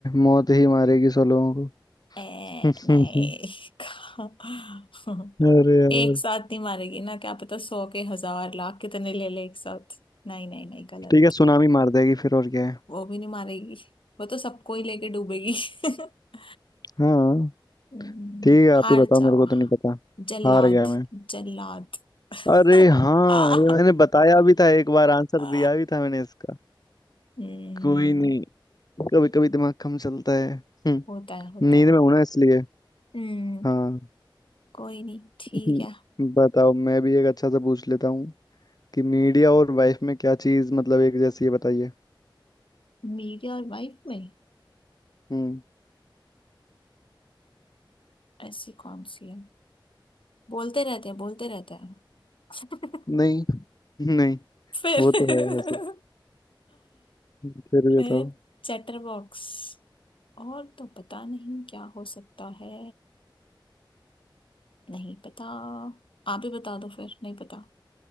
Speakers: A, on the left; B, on the left.
A: मौत ही मारेगी सौ लोगों
B: ए
A: को
B: नहीं
A: <laughs>
B: <laughs>
A: अरे यार
B: एक साथ नहीं मारेगी ना क्या पता सौ के हजार लाख कितने ले ले एक साथ नहीं नहीं नहीं गलत
A: ठीक है सुनामी मार देगी फिर और क्या है
B: वो भी नहीं मारेगी वो तो सबको ही लेके डूबेगी <laughs>
A: हाँ
B: हम्म,
A: ठीक है आप
B: हार
A: ही बताओ
B: जाओ
A: मेरे को तो नहीं पता
B: जल्लाद
A: हार गया मैं
B: जल्लाद
A: अरे
B: <laughs>
A: हाँ
B: आ,
A: ये मैंने बताया भी था एक बार आंसर
B: आ,
A: दिया भी था मैंने इसका
B: हम्म
A: कोई नहीं कभी कभी दिमाग कम चलता है हम्म,
B: होता है होता
A: नींद
B: है
A: में हूं ना इसलिए
B: हम्म
A: हाँ
B: कोई नहीं ठीक
A: हम्म,
B: है
A: बताओ मैं भी एक अच्छा सा पूछ लेता हूँ कि मीडिया और वाइफ में क्या चीज मतलब एक जैसी है बताइए
B: मेरी और वाइफ में
A: हम्म
B: ऐसी कौन सी है बोलते रहते हैं बोलते रहते हैं <laughs>
A: नहीं नहीं
B: फिर
A: वो तो है वैसे
B: <laughs>
A: हम्म, फिर भी
B: फिर
A: बताओ
B: चैटर बॉक्स और तो पता नहीं क्या हो सकता है नहीं पता आप ही बता दो फिर नहीं पता